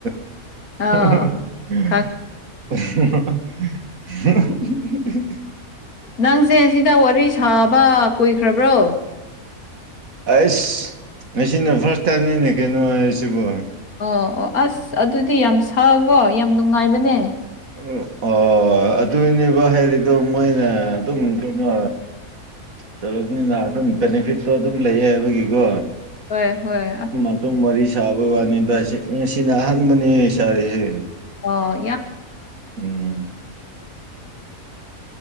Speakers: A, on the right; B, on the left.
A: <inaudible>
B: ꯑꯥ ꯈꯪ
A: ꯎ
B: ꯅꯪꯁꯦ ꯁꯤꯗ ꯋꯥꯔꯤ ꯁꯥꯕ ꯀꯨꯏꯈ꯭ꯔꯕ꯭ꯔꯣ
A: ꯑꯁ ꯉꯁꯤꯅꯦ ꯐꯥꯔꯁ ꯇꯥꯏꯝꯅꯤꯅꯦ ꯀꯩꯅꯣ ꯍꯥꯏꯁꯤꯕꯨ
B: ꯑꯣ ꯑꯣ ꯑꯁ ꯑꯗꯨꯗꯤ ꯌꯥꯝ ꯁꯥꯎꯕꯣ ꯌꯥꯝ ꯅꯨꯡꯉꯥꯏꯕꯅꯦ
A: ꯎꯝ ꯑꯣ ꯍꯣꯏ ꯑꯗꯨꯅꯦꯕ ꯍꯥꯏꯔꯤꯗꯣ ꯃꯣꯏꯅ ꯑꯗꯨꯝ ꯀꯩꯅꯣ ꯇꯔꯨꯞꯅꯤꯅ ꯑꯗꯨꯝ ꯕꯦꯅꯤꯐꯤꯠꯇꯣ ꯑꯗꯨꯝ ꯂꯩꯌꯦ ꯍꯥꯏꯕꯒꯤꯀꯣ
B: ꯍꯣꯏ ꯍꯣꯏ ꯑꯣ
A: ꯑꯗꯨꯝ ꯋꯥꯔꯤ ꯁꯥ ꯁꯥꯕꯋꯥꯅꯤꯗ ꯉꯁꯤꯅ ꯑꯍꯥꯟꯕꯕꯅꯤ ꯁꯥꯔꯤꯁꯦ
B: ꯑꯣ
A: ꯎꯝ